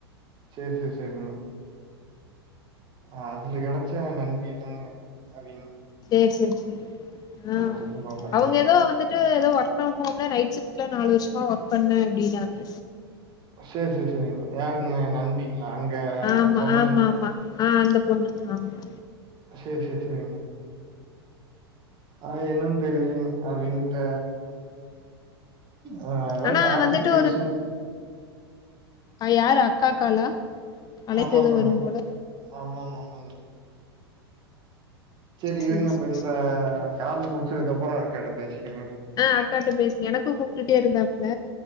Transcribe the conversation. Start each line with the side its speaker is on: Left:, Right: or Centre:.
Right: செரி செரி செரிங்க ஆ அதுல கெடைச்ச நண்பி தாங்க அதிகோ
Left: செரி செரி செரி ஆ
Right: சித்தப்பா பையனுக்கு.
Left: அவுங்க ஏதோ வந்துட்டு ஏதோ ஒர்க் ஃப்ரம் ஹோம்ல நைட் ஷிஃப்ட்ல நாலு வருஷமா ஒர்க் பண்ணே அப்டின்னாங்க
Right: செரி செரி செரிங்க யாருங்க நண்பிங்களா அங்க
Left: ஆமா
Right: சொன்னவிங்ளா
Left: ஆமா ஆமா ஆ அந்த பொண்ணு ஆமா
Right: சேரி சேரி சேரிங்க ஆ என்னன் தெரிலைங்க அவிங்கிட்ட ஆ ஏதாவ்
Left: ஆனா
Right: டாபிக்
Left: வந்துட்டு
Right: பேசணு
Left: அ யாரு அக்கா காலா அழைப்பு
Right: ஆமா
Left: எதுவு
Right: ஆமாங்க
Left: வரும் போல
Right: ஆமா ஆமா ஆமாங்க சரி
Left: சேரி
Right: இருங்க இப்ப
Left: சேரி
Right: இந்த
Left: சேரி
Right: கால் முடிச்சதுக்கு அப்புறோ அக்காட்ட பேசிக்கிறேங்க
Left: ஆ அக்காட்ட பேசுங்க எனக்கு கூப்டுட்டே இருந்தாப்ல